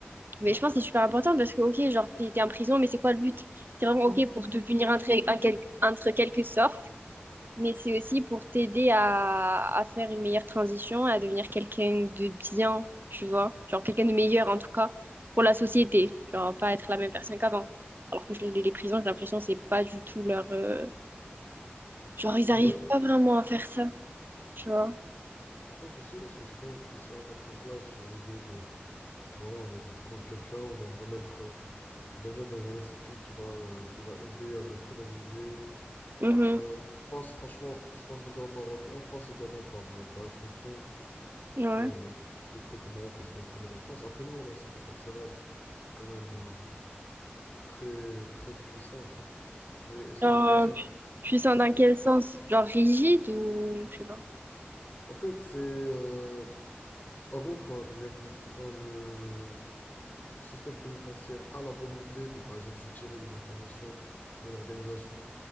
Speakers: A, on the right; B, on the left.
A: Mais je pense que c'est super important parce que, ok, genre, t'es, t'es en prison, mais c'est quoi le but? C'est vraiment, ok, pour te punir entre, un quel- entre quelque sorte, mais c'est aussi pour t'aider à, à faire une meilleure transition, à devenir quelqu'un de bien, tu vois? Genre, quelqu'un de meilleur, en tout cas, pour la société. Genre, pas être la même personne qu'avant. Alors que je- les les prisons, j'ai l'impression, que c'est pas du tout leur... euh, Genre, ils
B: Ouais,
A: arrivent pas vraiment à faire ça, tu vois?
B: Je pense aussi parce que c'est quand même difficile à mettre en place, genre l'idée de, voilà, on va prendre quelqu'un, on va le remettre, euh, on va le mettre dans un institut qui va, euh, qui va aider à le corriger.
A: Mhm.
B: Euh, je pense franchement, je pense déjà au Maroc et en France également par, euh, par extension,
A: Ouais.
B: parce que euh, il y a des trucs au Maroc qui sont inspirés de la France. Après nous, on a un système carcéral qui est quand même euh, très, très puissant, quoi. Mais est-ce
A: Genre,
B: qu'il est puissant?
A: euh, pu- puissant dans quel sens? Genre, rigide ou... Je sais pas.
B: En fait, c'est, euh, en gros, quand, les- quand le, Le système pénitentiaire a la volonté de, par exemple, soutirer des informations à une organisation